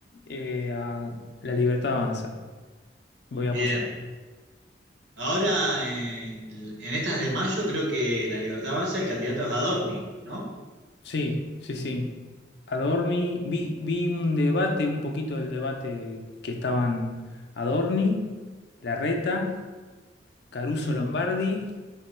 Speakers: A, on the left; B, on the right.
A: eh, a La Libertad Avanza. Voy a
B: Bien.
A: apoyar.
B: Ahora, en, en estas de mayo, creo que La Libertad Avanza, el candidato es Adorni, ¿no?
A: Sí, sí, sí. Adorni, vi, vi un debate, un poquito del debate que estaban Adorni, Larreta, Caruso
B: Mm.
A: Lombardi,